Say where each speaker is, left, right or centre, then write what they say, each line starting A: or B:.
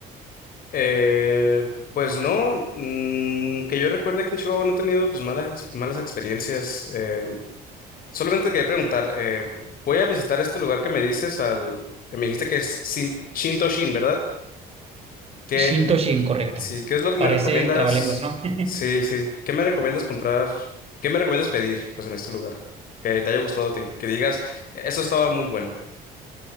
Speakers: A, on the left (about 60°); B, on the right (about 35°).
A: Eh, pues no, mm, que yo recuerde que en Chihuahua no he tenido pues malas, ex- malas experiencias. eh, Solamente quería preguntar, eh, voy a visitar este lugar que me dices al, que me dijiste que es Shin, Shintoshin, ¿verdad? ¿Qué,
B: Shintoshin, correcto.
A: sí, qué es lo que
B: Parece
A: me recomiendas?
B: trabalenguas, ¿no? <laughs>
A: Sí, sí. ¿Qué me recomiendas comprar? ¿Qué me recomiendas pedir, pues, en este lugar? Que te haya gustado a ti, que digas, "E-, eso estaba muy bueno.